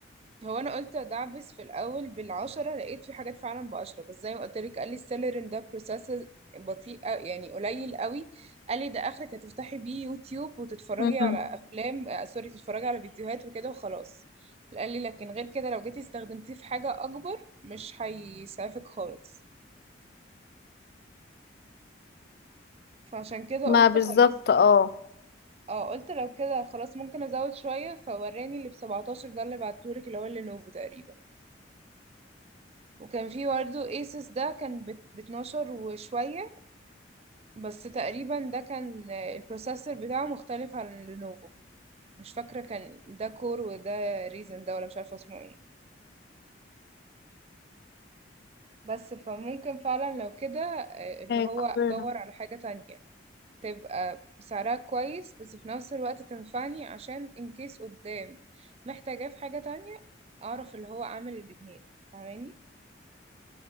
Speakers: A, on the right; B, on the left.
A: هو انا قلت ادعبس في الاول بالعشرة لقيت في حاجات فعلا بعشرة بس زي ما قلت لك قال لي السيلرين ده بروسيس بطيء أو- يعني قليل قوي قال لي ده اخرك هتفتحي بيه يوتيوب وتتفرجي
B: مم.
A: على افلام آه، سوري تتفرجي على فيديوهات وكده وخلاص قال لي لكن غير كده لو جيتي استخدمتيه في حاجة اكبر مش هيسعفك خالص فعشان كده
B: ما
A: قلت
B: بالظبط
A: خلاص
B: اه
A: اه قلت لو كده خلاص ممكن ازود شوية فوراني اللي ب 17 ده اللي بعتهولك اللي هو اللينوفو تقريبا وكان في برضه ايسس ده كان ب 12 وشوية بس تقريبا ده كان آه، البروسيسور بتاعه مختلف عن لينوفو مش فاكرة كان ده كور وده ريزن ده ولا مش عارفة اسمه ايه بس فممكن فعلا لو كده آه، اللي
B: آه،
A: هو
B: كورونا.
A: ادور على حاجة تانية تبقى سعرها كويس بس في نفس الوقت تنفعني عشان ان كيس قدام محتاجاه في حاجة تانية اعرف اللي هو اعمل الاتنين فاهماني؟